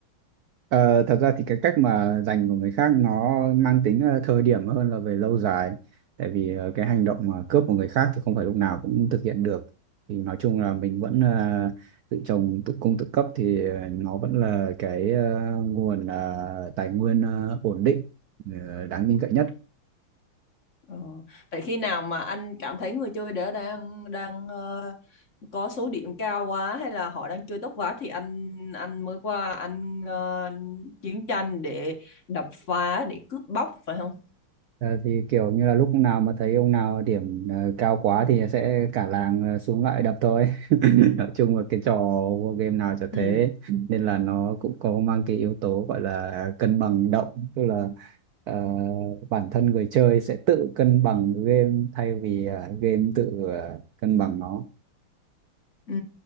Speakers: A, on the right; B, on the left.
A: Ờ, thật ra thì cái cách mà dành của người khác nó mang tính ờ, thời điểm hơn là về lâu dài tại vì ờ, cái hành động mà cướp của người khác thì không phải lúc nào cũng thực hiện được thì nói chung là mình vẫn ờ, tự trồng tự cung tự cấp thì ờ, nó vẫn là cái ờ, nguồn ờ, tài nguyên ờ, ổn định ờ, đáng tin cậy nhất
B: Ờ, Vậy khi nào mà anh cảm thấy người chơi đó đang đang ờ, có số điểm cao quá hay là họ đang chơi tốt quá thì anh anh mới qua anh ờ, chiến tranh để đập phá để cướp bóc phải không?
A: Ờ, thì kiểu như là lúc nào mà thấy ông nào điểm ờ, cao quá thì sẽ cả làng ờ, xuống lại đập thôi <laughs> nói chung là cái trò war game nào chả thế
B: Ừ.
A: nên là nó cũng có mang cái yếu tố gọi là cân bằng động tức là ờ, bản thân người chơi sẽ tự cân bằng game thay vì ờ, game tự ờ, cân bằng nó
B: Ừ,